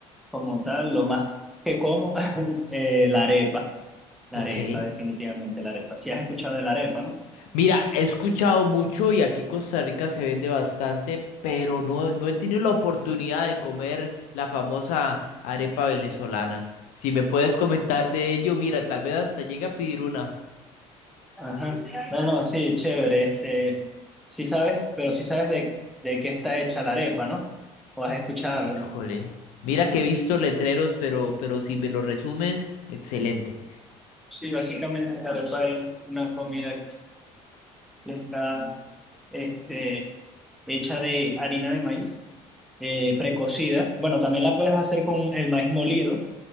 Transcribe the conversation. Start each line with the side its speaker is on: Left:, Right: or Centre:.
Centre: Como tal, lo más que como, <laughs> eh, la arepa, la
Left: Ok.
Centre: arepa, definitivamente la arepa. Si has escuchado de la arepa, ¿no?
Left: Mira, he escuchado mucho y aquí en Costa Rica se vende bastante, pero no, no he tenido la oportunidad de comer la famosa arepa venezolana. Si me puedes comentar de ello, mira, tal vez hasta llegue a pedir una.
Centre: Ajá. No, no, sí, chévere. Este, sí sabes, pero sí sabes de, de qué está hecha la arepa, ¿no? ¿O has escuchado?
Left: Híjole. Mira que he visto letreros, pero, pero si me lo resumes, excelente.
Centre: Sí, básicamente la arepa es una comida que está, este, hecha de harina de maíz eh, precocida. Bueno, también la puedes hacer con el maíz molido.